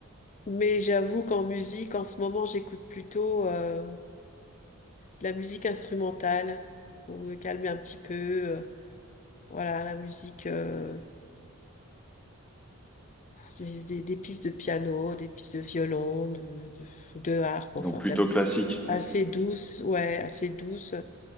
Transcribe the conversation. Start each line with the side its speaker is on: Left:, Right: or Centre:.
Left: mais j'avoue qu'en musique, en ce moment, j'écoute plutôt euh, de la musique instrumentale pour me calmer un petit peu. euh, voilà, la musique, euh, des, des, des pistes de piano, des pistes de violon, de, de, de harpe, enfin,
Centre: Donc plutôt
Left: de la musique
Centre: classique.
Left: assez douce, ouais, assez douce.